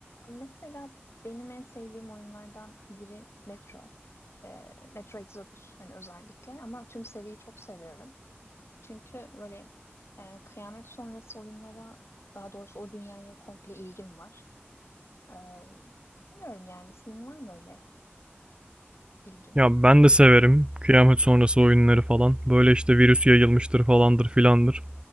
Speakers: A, on the left (about 70°); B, on the right (about 25°).
A: Mesela benim en sevdiğim oyunlardan biri Metro. Ee, Metro Exodus hani özellikle ama tüm seriyi çok seviyorum. Çünkü böyle e, kıyamet sonrası oyunlara daha doğrusu o dünyaya komple ilgim var. Ee, bilmiyorum yani senin var mı öyle ilgin?
B: Ya ben de severim kıyamet sonrası oyunları falan. Böyle işte virüs yayılmıştır falandır filandır.